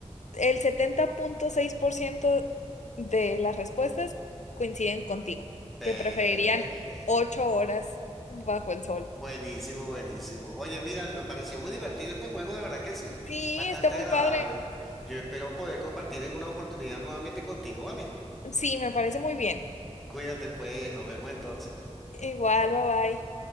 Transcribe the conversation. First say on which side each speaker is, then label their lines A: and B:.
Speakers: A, on the left; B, in the centre.
A: el setenta punto seis por ciento de las respuestas coinciden contigo,
B: Perfecto.
A: que preferirían ocho horas bajo el sol.
B: Buenísimo, buenísimo. Oye, mira, me pareció muy divertido este juego, de verdad que sí.
A: Sí,
B: Bastante
A: está muy
B: agradable.
A: padre.
B: Yo espero poder compartir en una oportunidad nuevamente contigo, ¿vale?
A: Sí, me parece muy bien.
B: Cuídate, pues, nos vemos entonces.
A: Igual, bye bye.